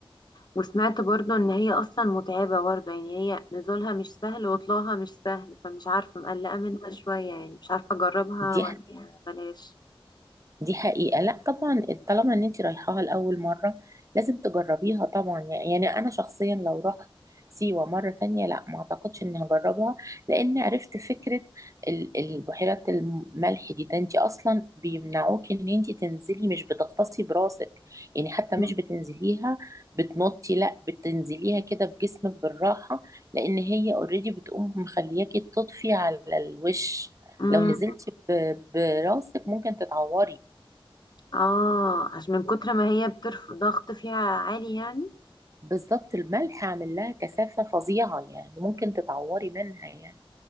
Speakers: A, on the left; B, on the right.
A: وسمعت برضو ان هي اصلا متعبة برضو يعني هي نزولها مش سهل وطلوعها مش سهل فمش عارفة مقلقة منها شوية يعني مش عارفة اجربها
B: دي
A: ولا بلاش
B: دي حقيقة لا طبعا طالما ان انت رايحاها لأول مرة لازم تجربيها طبعا يعني انا شخصيا لو رحت سيوة مرة تانية لا ما اعتقدش اني هجربها لان عرفت فكرة ال- البحيرات الملح دي ده انت اصلا بيمنعوك ان انت تنزلي مش بتغطسي براسك يعني حتى
A: مم.
B: مش بتنزليها بتنطي لا بتنزليها كده بجسمك بالراحة لان هي اوريدي بتقوم مخلياكي تطفي على الوش
A: مم.
B: لو نزلتي ب- براسك ممكن تتعوري
A: اه عشان من كتر ما هي بترفع ضغط فيها عالي يعني
B: بالظبط الملح عامل لها كثافة فظيعة يعني ممكن تتعوري منها يعني